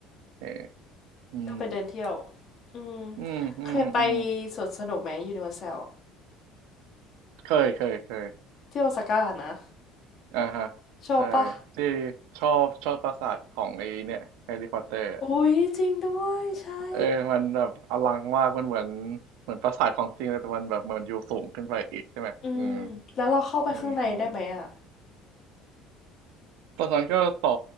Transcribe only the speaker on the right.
เอออืม
อืมอืมอืม
เคยเคยเคย
อ่าฮะ
ใช่ที่ชอบชอบปราสาทของไอ้เนี่ยแฮร์รี่พอตเตอร์
เออมันแบบอลังมากมันเหมือนเหมือนปราสาทของจริงเลยแต่มันแบบเหมือนอยู่สูงขึ้นไปอีกใช่ไหมอืม
อืมอืมตอนนั้นก็ต่อ